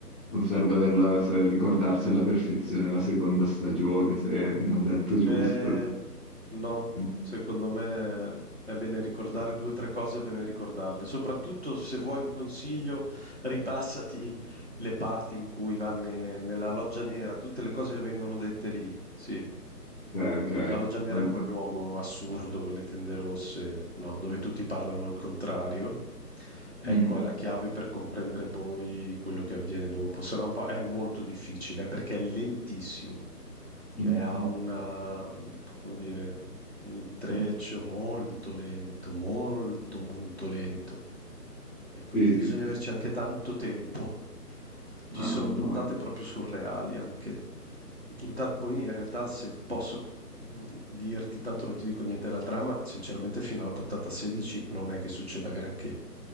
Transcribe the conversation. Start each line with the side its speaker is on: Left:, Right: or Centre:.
Centre: non serve averla, se- ricordarsi alla perfezione la seconda stagione, se mi hanno detto giusto.
Right: Eh, no,
Centre: Ok,
Right: secondo me è bene ricordare due o tre cose, è bene ricordarle. Soprattutto se vuoi un consiglio, ripassati le parti in cui vanno nella loggia nera, tutte le cose che vengono dette lì. Sì,
Centre: ok.
Right: la loggia nera
Centre: Allora-
Right: è quel luogo assurdo con le tende rosse, no, dove tutti parlano al contrario. Ecco,
Centre: Mhm,
Right: è la chiave per comprendere poi quello che avviene dopo, se no un po' è molto difficile perché è lentissimo. Cioè
Centre: mhm,
Right: ha una, mm, come dire, un intreccio
Centre: mhm.
Right: molto lento, molto molto lento. E quindi
Centre: Sì, sì,
Right: bisogna
Centre: sì.
Right: averci anche tanto tempo. Ci
Centre: Ah,
Right: sono
Centre: no,
Right: puntate
Centre: male.
Right: proprio surreali anche. Puntate, poi in realtà se posso mm, dirti, tanto non ti dico niente della trama, sinceramente fino alla puntata 16 non è che succeda granché.